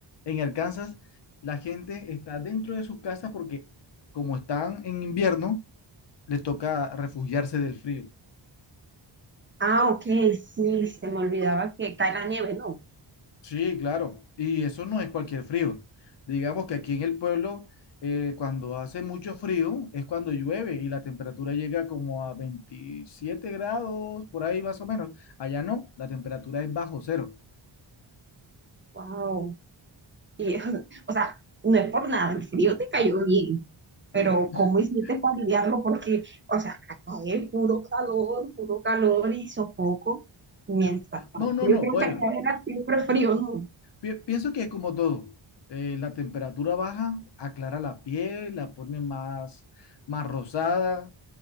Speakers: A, on the left; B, on the right.
A: En Arkansas, la gente está dentro de sus casas porque como están en invierno, les toca refugiarse del frío.
B: Ah, ok, sí, se me olvidaba que cae la nieve, no.
A: Sí, claro. Y eso no es cualquier frío. Digamos que aquí en el pueblo, eh, cuando hace mucho frío, es cuando llueve y la temperatura llega como a 27 grados, por ahí más o menos. Allá no, la temperatura es bajo cero.
B: Wow. Y, <laughs> o sea, no es por nada, el frío te cayó bien, pero
A: Mm.
B: ¿cómo
A: <laughs>
B: hiciste para lidiarlo? Porque, o sea, acá es puro calor, puro calor y sofoco, mientras tanto.
A: No, no,
B: Yo
A: no.
B: creo
A: Bueno,
B: que allá era siempre frío, ¿no?
A: pi- pienso que es como todo. Eh, la temperatura baja aclara la piel, la pone más, más rosada